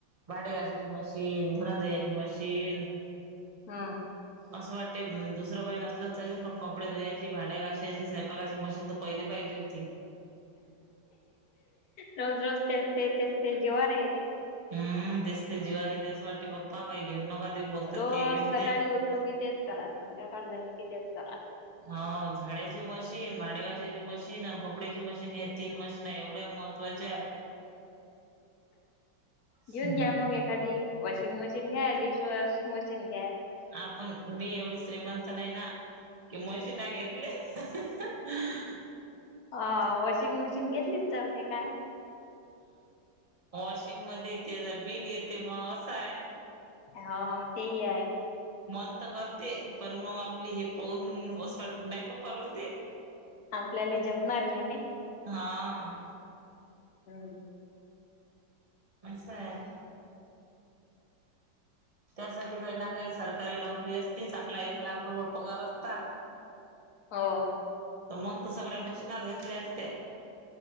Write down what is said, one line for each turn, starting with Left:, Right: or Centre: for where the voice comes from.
Right: भांडी घासायची मशीन धुणं धुवायची मशी तेल
Left: हं.
Right: असं वाटतंय पण दुसरं काही नसलं चालेल, पण कपडे धुवायची भांडी घासायची आणि स्वयंपाकाची मशीन तर पहिली पाहिजे होती.
Left: रोज रोज तेच तेच तेच तेच जीवावर येते.
Right: हु दिसतंय जीवावर येते असं वाटतंय बाप्पा काही घेऊ नका देऊ फक्त
Left: रोज
Right: ते घेऊन
Left: सकाळी
Right: द्या
Left: उठलं की तेच करा, संध्याकाळ झाली की तेच करा.
Right: हाव झाडायची मशीन, भांडी घासायची मशीन, कपड्याची मशीन हे तीन मशीन एवढ्या महत् त्त्वाच्या आहेत. आहेत.
Left: घेऊन घ्या मंग एखादी. वॉशिंग मशीन घ्या, डिश वॉश मशीन घ्या.
Right: हां पण मी एवढी श्रीमंत नाही ना, की मशीना घेतले. <unintelligible>
Left: आ वॉशिंग मशीन घेतलीच चालते काय?
Right: वॉशिंगमध्ये त्याचं बिल येतंय मग असंय.
Left: हो तेही आहे.
Right: मन तर करतंय, पण मग आपलं हे पाहून <unintelligible> नाही बा परवडते.
Left: आपल्याले झेपणार नाही नाही?
Right: हां.
Left: हुं.
Right: असाय. त्यासाठी काहींना काही सरकारी नोकरी असती, चांगला एक लाख रुपये पगार असता.
Left: हो.
Right: मग तर सगळ्या मशीनच घेतल्या असत्या.